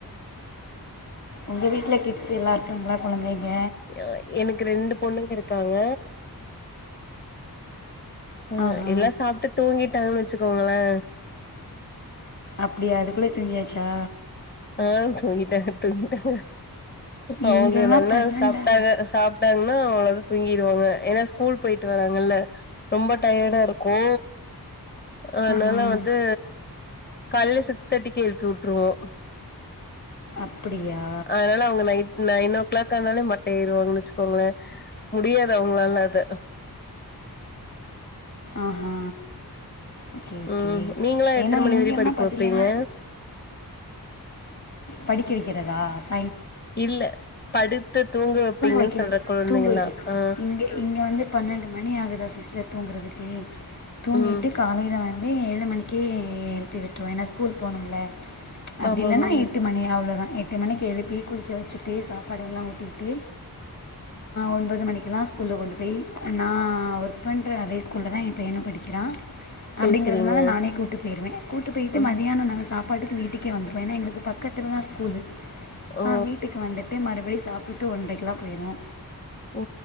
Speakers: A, on the left (about 50°); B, on the left (about 25°).
A: ஒங்க வீட்டுல கிட்ஸ் எல்லா இருக்காங்களா குழந்தைங்க
B: ஆ எனக்கு ரெண்டு பொண்ணுங்க இருக்காங்க ஆ
A: ஆஹா
B: எல்லா சாப்ட்டு தூங்கிட்டாங்கனு வச்சுக்கோங்களே
A: அப்டியா அதுக்குள்ளே தூங்கியாச்சா
B: ஆ தூங்கிட்டாங்க தூங்கிட்டாங்க அவுங்க
A: இங்கெல்லாம்
B: நல்லா
A: பன்னெண்டா
B: சாப்ட்டாக சாப் விட்டாங்ன்னா அவளது தூங்கிருவாங்க ஏன்னா ஸ்கூல் போயிட்டு வராங்கல்ல ரொம்ப டயடா இருக்கு ஆனால
A: ஆஹா
B: வந்து கால்லே சிக்ஸ் தேட்டிக்கு எழுப்பி வுட்டுருவோ
A: அப்புடியா
B: அதனால அவுங்க நைட் நைன் ஓ கிளாக் ஆனாலே மட்ட ஆயிருவாங்கன்னு வச்சுக்கோங்களே முடியாது அவங்களால அத
A: ஆஹா ஓகே ஓகே
B: ம் நீங்களா எத்தன
A: ஏனா
B: மணி
A: இங்கன்னா
B: வரையு படிக்க
A: பாத்தீங்கன்னா
B: வைப்பீங்க
A: படிக்க வெக்கிறதா ஸ்
B: இல்ல படுத்து தூங்க வெப்பீங்கன்னு
A: வைக்கிறது
B: சொல்ற குழந்தைங்கல்ளா
A: தூங்க வைக்க
B: ஆ
A: இங்கே இங்க வந்து பன்னெண்டு மணி ஆகுதா சிஸ்டர் தூங்குறதுகு தூங்கிட்டுட்
B: ம்
A: காலயில வந்து ஏழு மணிக்கே எழுப்பி விட்ருவோ ஏனா ஸ்கூல் போகணுள அப்டி
B: ஆமாமாங்க.
A: இல்லனா எட்டு மணி அவ்ளோதா எட்டு மணிக்கு எழுப்பி குளிக்க வச்சுட்டு சாப்பாடுல்லா ஊட்டி டே ஒன்பது மணிக்கெலா ஸ்கூல கொண்டு போய் நா ஒர்க் பண்ணுற அதே ஸ்கூல்ல தா எ பையனு படிக் கிறா
B: சரி,
A: அப்டிங்கிறதுனால
B: சரிங்க.
A: நானே கூட்டு போய்ருவே கூடாடு போயிட்டு
B: ம்.
A: மாதியானோ நாங்க சாப் படுக்க வீட்டுக்கே வந்துருவோ ஏனா எங்களுக்கு பக்கத்திலதா ஸ்கூலு
B: ஓ!
A: வீட்டுக்கு வந்துட்டு மறுபடியு சாப்பு ட்டு ஒன்றரைக்கெலா போயிருவோ
B: ஓ